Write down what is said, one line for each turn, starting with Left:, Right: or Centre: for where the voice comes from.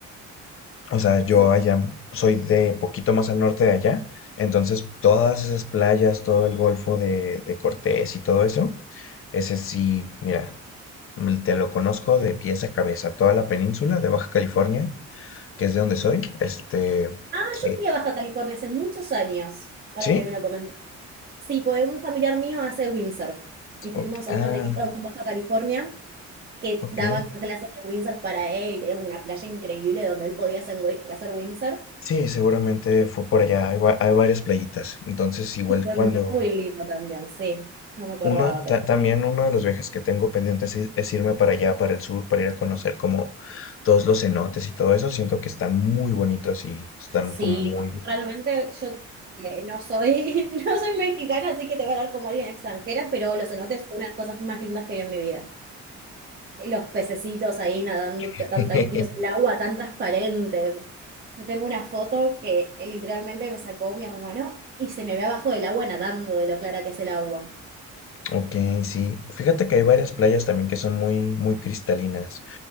Left: O sea, yo
Right: sí.
Left: allá soy de poquito más al norte de allá, entonces todas esas playas, todo el Golfo de, de Cortés y todo eso, ese sí, mira, mm, te lo conozco de pies a cabeza, toda la península de Baja California, que es de donde soy, este,
Right: Ah,
Left: eh,
Right: yo fui a Baja California hace muchos años, ahora
Left: ¿sí?
Right: que me lo comentas. Sí, pues un familiar mío hace windsurf. Y fuimos
Left: Ok,
Right: a
Left: ah,
Right: un hotelito en Baja California. que
Left: ok,
Right: daban clases de windsurf para él y tenía como una playa increíble donde él podía hacer, wi- hacer windsurf.
Left: sí, seguramente fue por allá, hay, va- hay varias playitas, entonces igual
Right: Y fue
Left: cuando,
Right: muy lindo también, sí. No me acordaba
Left: Uno,
Right: que
Left: ta- también uno de los viajes que tengo pendientes es, es irme para allá, para el sur, para ir a conocer como todos los cenotes y todo eso. Siento que están muy bonitos y están
Right: Sí,
Left: como muy...
Right: no, realmente yo eh, no soy, <laughs> no soy mexicana, así que te voy a hablar como alguien extranjera, pero los cenotes fue una de las cosas más lindas que vi en mi vida. Los pececitos ahí nadando t-
Left: <laughs>
Right: tan tranquilos, el agua tan transparente. Yo tengo una foto que eh, literalmente me sacó mi hermano y se me ve abajo del agua nadando de lo clara que es el agua.
Left: Ok, sí. Fíjate que hay varias playas también que son muy, muy cristalinas.